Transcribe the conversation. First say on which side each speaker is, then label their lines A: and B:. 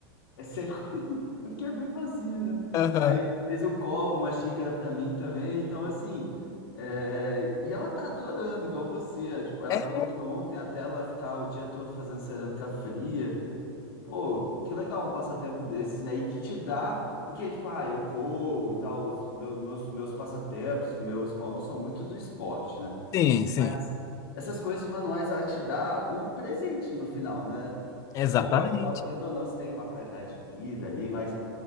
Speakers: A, on the left (about 65°); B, on the left (about 25°).
A: é sempre. <laughs> É porque é bem facinho, né?
B: Aham.
A: Aí fez o copo, uma xícara pra mim também. Então, assim. é, E ela tá adorando, igual você. é, Tipo, ela
B: É,
A: falou que ontem até ela ficar o dia todo fazendo cerâmica fria. E, pô, que legal um passatempo desses, né? E que te dá. Porque, tipo, ah, eu corro e tal. os Meus, meus, meus passatempos, meus hobbies são muito do esporte, né?
B: sim, sim.
A: Mas essas coisas manuais, ela te dá um presente no final, né?
B: Exatamente.
A: Esporte, tal, querendo ou não, você tem uma qualidade de vida ali, mas,